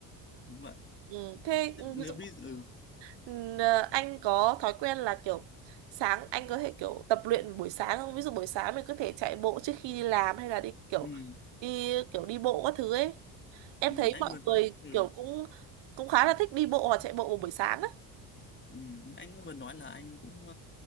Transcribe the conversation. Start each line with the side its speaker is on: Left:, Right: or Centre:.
Left: đúng vậy.
Right: ừ, thế
Left: Thế
Right: ừ,
Left: Nếu
Right: ví dụ
Left: bây giờ
Right: Ừm, ờ, anh có thói quen là kiểu sáng anh có thể kiểu tập luyện buổi sáng không? Ví dụ buổi sáng mình có thể chạy bộ trước khi đi làm hay là đi kiểu
Left: ừ,
Right: đi kiểu đi bộ các thứ ấy. Em
Left: ừ,
Right: thấy
Left: anh
Right: mọi
Left: vừa nói
Right: người
Left: ừ.
Right: kiểu cũng cũng khá là thích đi bộ hoặc chạy bộ vào buổi sáng á.
Left: Ừ, anh cũng vừa nói là anh cũng uh,